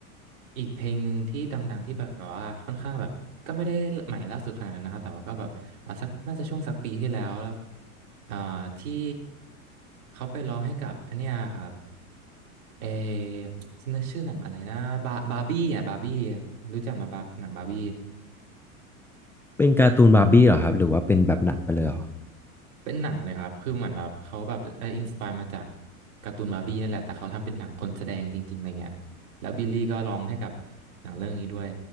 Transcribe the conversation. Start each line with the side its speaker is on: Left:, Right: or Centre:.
Right: อีกเพลงหนึ่งที่ดังๆที่แบบว่าค่อนข้างแบบก็ไม่ได้ใหม่ล่าสุดขนาดนั้นนะครับแต่ว่าก็แบบอ่ะสักน่าจะช่วงสักปีที่แล้วอ่าที่เขาไปร้องให้กับอันเนี้ยครับเอฉันนึกชื่อหนังอะไรนะบาบาร์บี้อ่ะบาร์บี้รู้จักมาบาหนังบาร์บี้
Centre: เป็นการ์ตูนบาร์บี้เหรอครับหรือว่าเป็นแบบหนังไปเลยเหรอ
Right: เป็นหนังเลยครับคือเหมือนแบบเขาแบบเอออินสปายมาจากการ์ตูนบาร์บี้นั่นแหละแต่เขาทำเป็นหนังคนแสดงจริงๆอะไรเงี้ยแล้วบิลลี่ก็ร้องให้กับหนังเรื่องนี้ด้วย